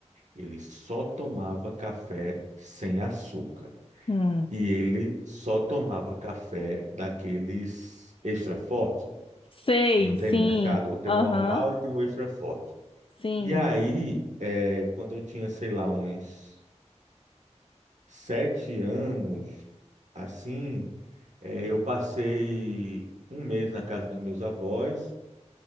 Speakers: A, on the right (about 80°); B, on the left (about 50°).
A: Ele só tomava café sem açúcar.
B: Hum.
A: E ele só tomava café daqueles extra forte,
B: Sei,
A: que não tem
B: sim.
A: no mercado. Tem
B: Aham.
A: o normal e tem o extra forte.
B: Sim.
A: E aí, é, quando eu tinha, sei lá, uns sete anos, assim, é, eu passei um mês na casa dos meus avós